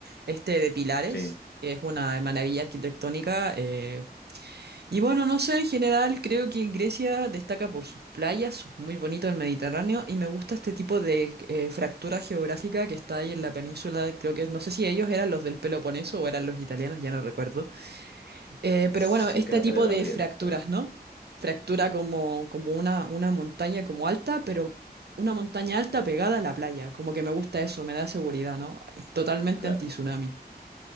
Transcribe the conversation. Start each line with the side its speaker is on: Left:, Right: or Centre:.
Right: este de Pilares.
Left: sí,
Right: que Es una maravilla arquitectónica, eh, y bueno, no sé, en general creo que Grecia destaca por sus playas, muy bonito el Mediterráneo, y me gusta este tipo de eh, fractura geográfica que está ahí en la península, creo que no sé si ellos eran los del Peloponeso o eran los italianos, ya no recuerdo. Eh,
Left: sí
Right: pero bueno, este
Left: creo que
Right: tipo
Left: eran los
Right: de
Left: griegos,
Right: fracturas,
Left: creo.
Right: ¿no? Fractura como, como una, una montaña como alta, pero una montaña alta pegada a la playa, como que me gusta eso, me da seguridad, ¿no? Totalmente
Left: Claro.
Right: anti-tsunami.